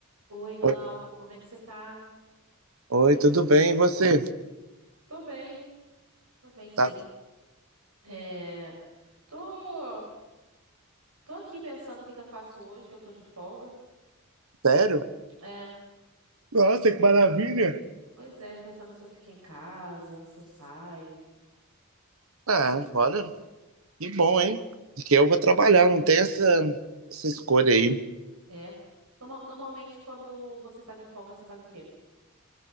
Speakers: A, on the right; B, on the right.
A: Oi, Glauco,
B: Oi,
A: como é que você tá?
B: oi, tudo bem? E você?
A: Tô bem, tô bem, sim.
B: Tá
A: É, tô, tô aqui pensando o que que eu faço hoje, que eu tô de folga.
B: sério?
A: É,
B: Nossa, que maravilha!
A: pois é, pensando se eu fico em casa, se eu saio.
B: Ah, olha, que bom, hein? Porque eu vou trabalhar, não tem essa, essa escolha aí.
A: É. Norma- normalmente, quando você tá de folga, você faz o quê?